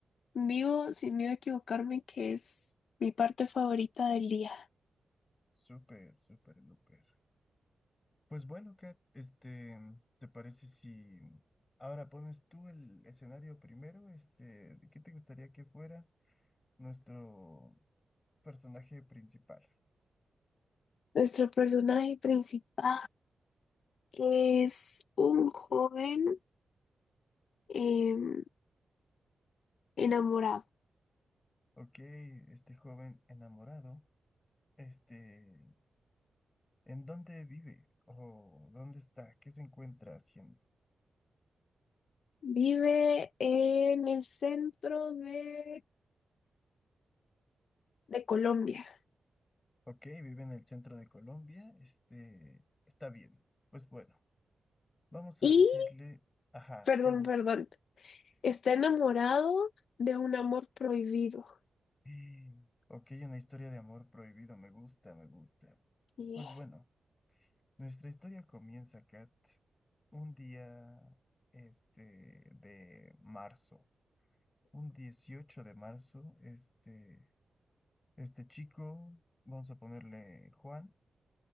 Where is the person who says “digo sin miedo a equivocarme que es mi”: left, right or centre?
Left